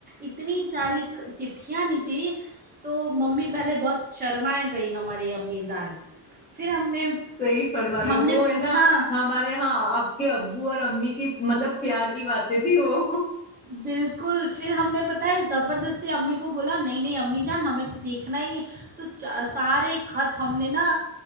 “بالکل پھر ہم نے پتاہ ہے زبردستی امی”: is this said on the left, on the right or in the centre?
Right